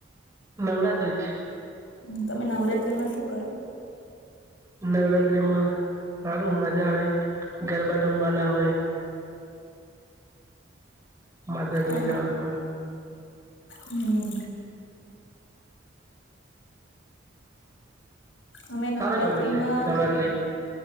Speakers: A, on the right; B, on the left.
A: નવરાત્રી જ
B: હમ તમે નવરાત્રીમાં શું કરો
A: નવરાતત્રીમાં સારું મજા આવે ગરબા રમવાના હોય માતાજીએ
B: હા
A: જવાનું હોય
B: હમ અમે
A: સારો
B: નવરાત્રીમાં
A: ગમે છે નવરાત્રિ